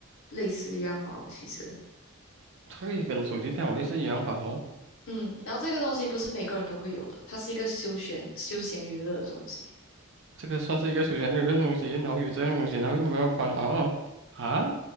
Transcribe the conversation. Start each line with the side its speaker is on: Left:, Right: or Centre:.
Left: 类似一样薄，其实。
Right: 它可以跟手机电脑类似一样吧？哦，
Left: 嗯，然后这个东西不是每个人都会有的，它是一个休闲休闲娱乐的东西。
Right: 这个算是一个休闲的一个东西，然后有这样的东西，然后又没有宽啊啊。